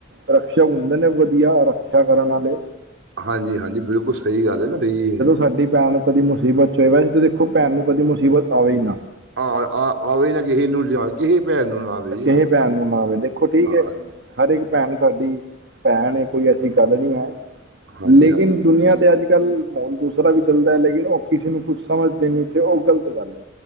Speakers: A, on the right; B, on the right.
A: ਰਕਸ਼ਕ ਹੁੰਦੇ ਨੇ ਵਧੀਆ ਰਕਸ਼ਕ ਕਰਨ ਵਾਲੇ।
B: ਹਾਂਜੀ ਹਾਂਜੀ ਬਿਲਕੁਲ ਸਹੀ ਗੱਲ ਹੈ ਤੁਹਾਡੀ ਜੀ ਇਹ।
A: ਵੱਡੀ ਭੈਣ ਕਦੀ ਮੁਸੀਬਤ ਚ ਹੋ ਵੈਸੇ ਤਾਂ ਦੇਖੋ ਭੈਣ ਨੂੰ ਕਦੀ ਮੁਸੀਬਤ ਆਵੇ ਨਾ।
B: ਆਹ ਆਵੇ ਨਾ ਕਿਸੇ ਨੂੰ ਕਿਹਦੀ ਭੈਣ ਨੂੰ ਨਾ ਆਵੇ
A: ਕਿਸੇ ਭੈਣ ਨੂੰ ਨਾ ਦੇਖੋ ਠੀਕ
B: ਹਾਂ
A: ਹੈ।
B: ਹਾਂਜੀ
A: ਹਰ ਇੱਕ ਭੈਣ ਸਾਡੀ ਭੈਣ ਕੋਈ ਐਸੀ ਗੱਲ ਨੀ ਹੈ।
B: ਹਾਂਜੀ
A: ਲੇਕਿਨ
B: ਹਾਂਜੀ
A: ਦੁਨੀਆਂ ਤੇ ਅੱਜ ਕੱਲ ਗੱਲ ਹਣ ਦੂਸਰਾ ਵੀ ਚੱਲਦਾ ਹੈ ਲੇਕਿਨ ਉਹ ਕਿਸੇ ਨੂੰ ਕੁਛ ਸਮਝਦੇ ਨਾ ਤੇ ਉਹ ਗ਼ਲਤ ਗੱਲ ਹੈ।